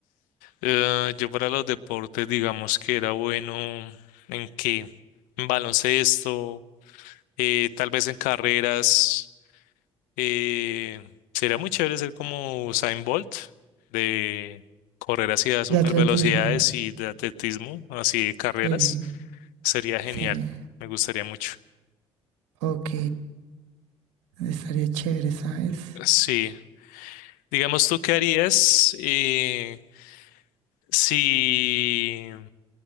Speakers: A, on the left; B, on the right.
A: eh, yo para los deportes, digamos que era bueno en qué, en baloncesto, eh, tal vez en carreras. eh, sería muy chévere ser como Usain Bolt, de correr así a super
B: De atletismo.
A: velocidades y de atletismo, así de carreras.
B: Sí,
A: Sería genial,
B: sí.
A: me gustaría mucho.
B: Ok, estaría chévere, ¿sabes?
A: Sí, digamos, ¿tú qué harías eh, si